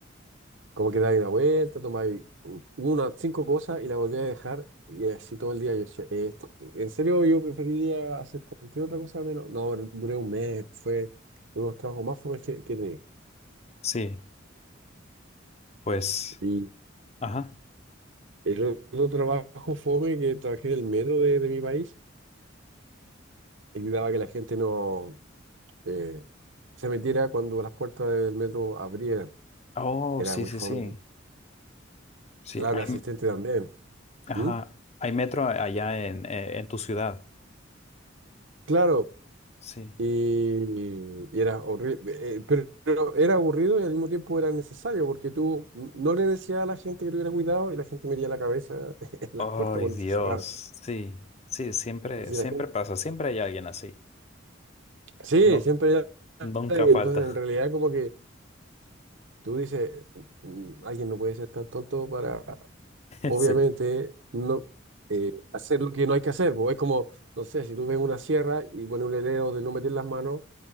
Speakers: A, on the right; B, on the left.
A: Como que dais una vuelta, tomáis u- unas cinco cosas y la volví a dejar y así todo el día. Yo decía, esto, en serio yo preferiría hacer cualquier otra cosa menos. No, duré un mes, fue uno de los trabajos más fomes que, que he tenido.
B: Sí, pues,
A: Y
B: ajá.
A: el otro trabajo fome que trabajé en el metro de, de mi país, evitaba que la gente no eh, se metiera cuando las puertas del metro abrieran.
B: Oh,
A: Era
B: sí,
A: muy
B: sí,
A: fome.
B: sí. Sí,
A: Claro,
B: hay,
A: asistente
B: m-
A: también.
B: ajá,
A: ¿Mm?
B: hay metro a- allá en, eh, en tu ciudad.
A: Claro,
B: Sí.
A: Y, y era horrible, pero pero era aburrido y al mismo tiempo era necesario porque tú n- no le decías a la gente que tuviera cuidado y la gente metía la cabeza <laughs> en las
B: Ay,
A: puertas cuando
B: Dios.
A: se cerraban.
B: Sí, sí, siempre,
A: Es decir,
B: siempre
A: la gente-
B: pasa, siempre hay alguien así.
A: sí,
B: No,
A: siempre era-
B: nunca
A: y
B: falta.
A: Entonces, en realidad, como que tú dices, "Mm, mm, alguien no puede ser tan tonto para, obviamente,
B: <laughs> Sí.
A: no eh, hacer lo que no hay que hacer. pues Es como, no sé, si tú ves una sierra y pones un letrero de no meter las manos